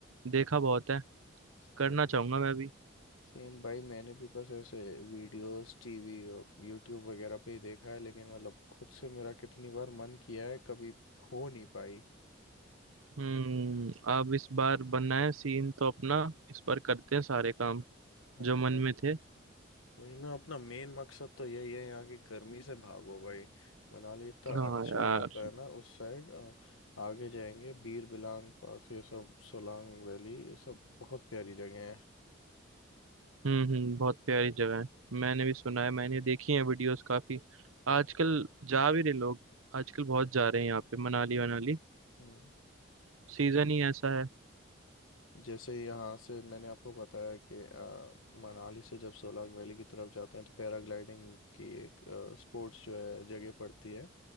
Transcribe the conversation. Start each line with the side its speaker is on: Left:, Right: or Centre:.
Right: देखा बहुत है
Left: सेम
Right: करना चाहूंगा मैं भी
Left: सेम भाई मैंने भी बस ऐसे वीडियोस टीवी और यूट्यूब वगैरह पे ही देखा है लेकिन मतलब खुद से मेरा कितनी बार मन किया है कभी हो नहीं पाई
Right: हम्म अब इस बार बनना है सीन तो अपना इस बार करते हैं सारे काम
Left: हाँ
Right: जो
Left: इस
Right: मन
Left: बार
Right: में थे
Left: वही ना अपना मेन मकसद तो यही है यहाँ की गर्मी से भागो भाई मनाली इतना
Right: हाँ
Left: अच्छा
Right: यार
Left: रहता है ना उस साइड आगे जाएंगे बीर बिलांग पास ये सब सोलांग वैली ये सब बहुत प्यारी जगह है
Right: हम्म हम्म बहुत प्यारी जगह है मैंने भी सुना है मैंने देखी है वीडियोस काफी आजकल जा भी रहे लोग आजकल बहुत जा रहे हैं यहाँ पे मनाली वनाली
Left: हम्म
Right: सीजन ही ऐसा है
Left: जैसे यहाँ से मैंने आपको बताया कि अ, मनाली से जब सोलांग वैली की तरफ जाते हैं तो पैराग्लाइडिंग की एक स्पोर्ट्स जो है जगह पड़ती है